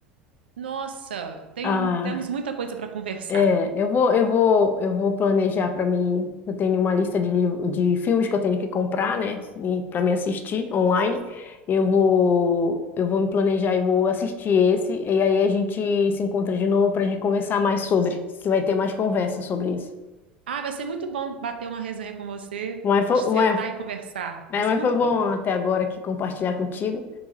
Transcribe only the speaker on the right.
Nossa, tem,
temos muita coisa para conversar.
Ah, vai ser muito bom bater uma resenha com você,
a gente sentar
e conversar.
Vai ser
muito
bom.